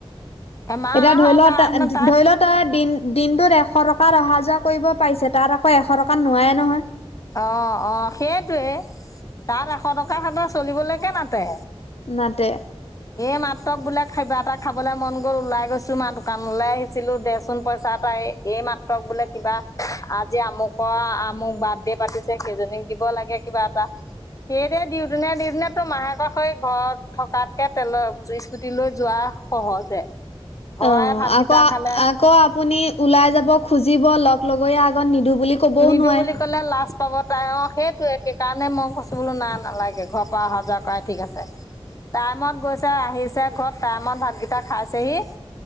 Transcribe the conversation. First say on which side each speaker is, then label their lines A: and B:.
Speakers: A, on the left; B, on the left.
A: এমাহৰ
B: এতিয়া ধৰি ল,
A: কাৰণে
B: তা ধৰি
A: তাত
B: ল তা দিন দিনটোত এশ টকাত অহা যোৱা কৰিব পাৰিছে। তাত আকৌ এশ টকা নোৱায় নহয়।
A: অ অ সেইটোৱে। তাত এশ টকা হেত চলিবলৈকে নাতে।
B: নাতে।
A: এই মাত্ৰক বোলে কিবা এটা খাবলে মন গ'ল, ওলাই গৈছো মা দোকানলৈ আহিছিলো, দেচোন পইচা এই মাত্ৰক বোলে কিবা আজি আমুকৰ আমুক বাৰ্থডে পাতিছে কেইজনীক দিব লাগে কিবা এটা। সেই দে দিও তিনে দিও তিনে তো মাহেক হৈ ঘৰত থকাতকে তেল স্কুটি লৈ যোৱা সহজে। ঘৰৰে
B: অ,
A: ভাতকেইটা
B: আকৌ
A: খালে
B: আকৌ আপুনি ওলাই যাব খুজিব লগ লগৈয়া ত নিদো বুলি ক'বও
A: নিদিওঁ
B: নোৱায়।
A: বুলি কলে লাজ পাব তাই। অ সেইটোৱে, সেইকাৰণে মই কৈছো বোলো না নালাগে। ঘপা অহা যোৱা কৰাই ঠিক আছে।
B: <inaudible>
A: টাইমত গৈছে আহিছে ঘত, টাইমত ভাতকিটা খাইছেহি।